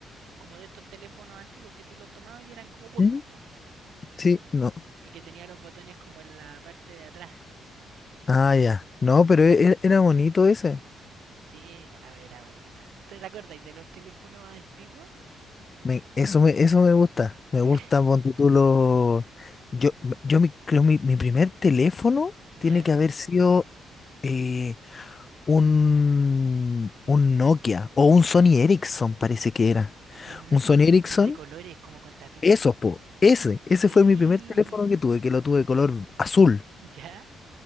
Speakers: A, on the right (about 75°); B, on the left (about 35°).
A: como de estos teléfonos antiguos que tú los tomabas y eran como curvos,
B: ¿Mm?
A: po.
B: Sí, no.
A: Y que tenía los botones como en la parte de atrás.
B: Ah, ya. No, pero e- e- era bonito ese.
A: Sí, a ver, era bonito. ¿Te te acordáis de los teléfonos antiguos?
B: Me- eso me, eso me gusta. Me gusta
A: <laughs>
B: ponte tú lo Yo, yo mi, creo mi, mi primer teléfono
A: ¿Ya?
B: tiene que haber sido. eh, un, un Nokia o un Sony Ericsson, parece que era.
A: Habían unos
B: Un Sony
A: Sony Ericsson
B: Ericsson,
A: de colores, como con tapitas.
B: esos, po. Ese, ese
A: Sí.
B: fue mi primer teléfono que tuve, que lo tuve de color azul.
A: ¿Ya?